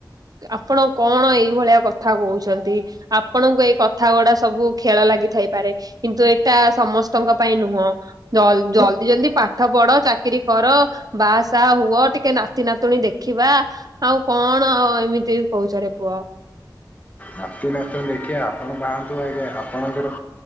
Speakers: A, on the right; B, on the left.
A: ଆପଣ କଣ ଏଇ ଭଳିଆ କଥା କହୁଛନ୍ତି। ଆପଣଙ୍କୁ ଏଇ କଥା ଗୁଡା ସବୁ ଖେଳ ଲାଗିଥାଇପାରେ କିନ୍ତୁ ଏଇଟା ସମସ୍ତଙ୍କ ପାଇଁ ନୁହଁ ଜଲ୍ ଜଲ୍ଦି ପାଠ ପଢ ଚା କିରୀ କର ବାହାସାହା ହୁଅ ଟିକେ ନାତି ନାତୁଣୀ ଦେଖିବା ଆଉ କଣ ଏମିତି ହଉଛରେ ପୁଅ।
B: ନାତି ନାତୁଣୀ ଦେଖିଆ ଆପଣ ବାହାହୁଅନ୍ତୁ ଆଗେ ଆପଣଙ୍କର